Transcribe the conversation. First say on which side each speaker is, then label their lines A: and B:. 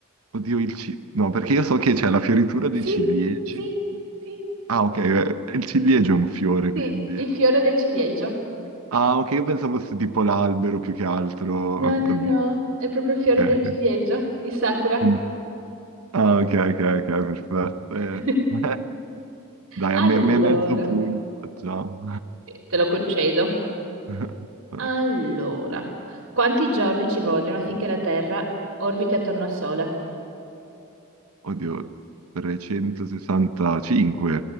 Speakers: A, on the right (about 85°); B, on the right (about 65°).
A: Oddio, il ci... No, perché io so che c'è la fioritura dei
B: Sì,
A: ciliegi.
B: sì, sì,
A: Ah, ok, eh, il ciliegio è un fiore,
B: sì,
A: quindi...
B: il fiore del ciliegio.
A: Ah, ok, io pensavo fosse tipo l'albero più che altro.
B: No, no,
A: Oddio.
B: no, è proprio il fiore
A: ok,
B: del
A: ok.
B: ciliegio, il sakura.
A: Mm. Ah, ok, ok, ok, perfetto. Eh,
B: <laughs>
A: <laughs> Dai,
B: Allora,
A: a me, me mezzo punto facciamo.
B: te lo concedo.
A: <laughs>
B: Allora, quanti giorni ci vogliono affinché la Terra orbiti attorno al Sole?
A: Oddio, 365.